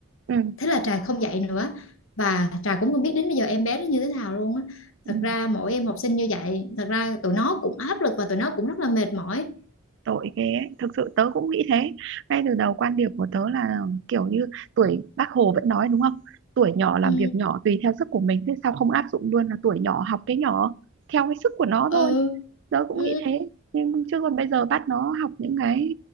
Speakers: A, on the right (about 55°); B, on the left (about 65°).
A: ừ
B: thế là trà không dạy nữa và trà cũng không biết đến bây giờ em bé nó như thế nào luôn á
A: đúng.
B: thật ra mỗi em học sinh như vậy thật ra tụi nó cũng áp lực và tụi nó cũng rất là mệt mỏi
A: tội ghê ấy. thực sự tớ cũng nghĩ thế ngay từ đầu quan điểm của tớ là kiểu như tuổi bác Hồ vẫn nói đúng không tuổi nhỏ làm
B: ừ
A: việc nhỏ tùy theo sức của mình thế sao không áp dụng luôn là tuổi nhỏ học cái nhỏ theo cái sức của nó
B: ừ
A: thôi tớ cũng
B: ừ
A: nghĩ thế nhưng chứ còn bây giờ bắt nó học những cái